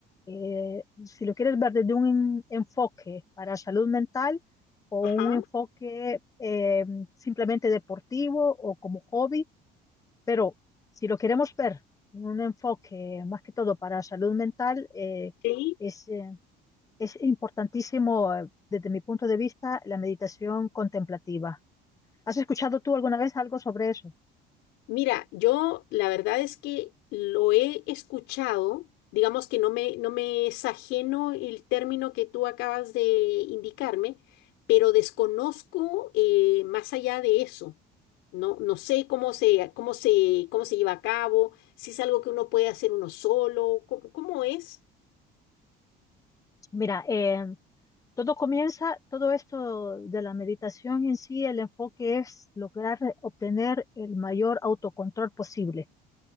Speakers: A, on the left; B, on the left.
A: eh, si lo quieres ver desde un enfoque para salud mental o
B: Ajá,
A: un enfoque eh, simplemente deportivo o como hobby, Pero si lo queremos ver en un enfoque más que todo para salud mental, eh,
B: sí.
A: es, eh, es importantísimo, eh, desde mi punto de vista, la meditación contemplativa. ¿Has escuchado tú alguna vez algo sobre eso?
B: Mira, yo la verdad es que lo he escuchado, digamos que no me, no me es ajeno el término que tú acabas de indicarme, pero desconozco eh, más allá de eso. No, no sé cómo se, cómo se, cómo se lleva a cabo, si es algo que uno puede hacer uno solo, cómo, cómo es.
A: Mira, eh, todo comienza, todo esto de la meditación en sí, el enfoque es lograr obtener el mayor autocontrol posible